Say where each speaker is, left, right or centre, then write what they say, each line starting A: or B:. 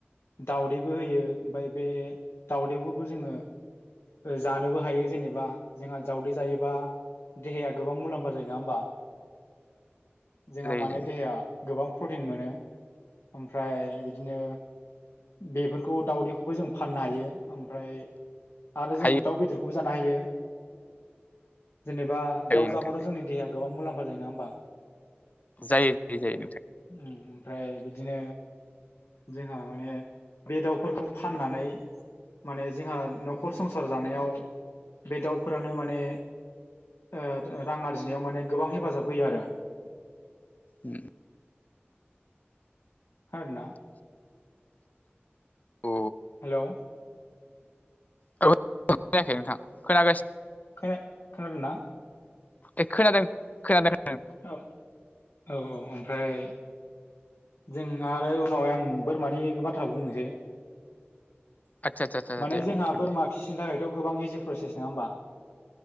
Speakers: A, on the left; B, on the left.
A: दाउदैबो होयो ओमफ्राय बे दाउदैफोरखौ जोङो। जानोबो हायो जेनेबा जोंहा दावदै जायोबा देहाया गोबां मुला म्फा जायो नङा होमबा जोंहा
B: जायो
A: माने
B: जायो
A: देहाया गोबां प्रटिन मोनो। ओमफ्राय बिदिनो बेफोरखौ दाउदैखौबो जों फाननो हायो ओमफ्राय आरो जोङो
B: हायो
A: दाउ बेदरखौबो जानो हायो जेनेबा
B: जायो
A: दाउ
B: नोंथां
A: जाबाथ'। जोंनि देहाया गोबां मुलाम्फा जायो नङा होमबा।
B: जायो बिदिनो नोंथां
A: ओमफ्राय बिदिनो जोंहा माने बे दाउफोरखौ फाननानै माने जोंहा न'खर संसार जानायाव बे दाउफोरानो माने ओ ओ रां आरजिनायाव माने गोबां हेफाजाब होयो आरो
B: उम
A: आरोना
B: औ
A: हेलौ
B: औ खोनायाखै नोंथां खोनागासि
A: खोना खोनादोंना
B: ए खोनादों खोनादो।
A: औ औ औ ओमफ्राय जों आरो उनावहाय आं बोरमानि बाथ्रा बुंनोसै।
B: आदसा आदसा आदसा
A: माने
B: दे
A: जोंहा
B: बुं नोंथां
A: बोरमा
B: दे
A: फिसिनो थाखायथ' गोबां इजि प्रसेस नङा होमबा।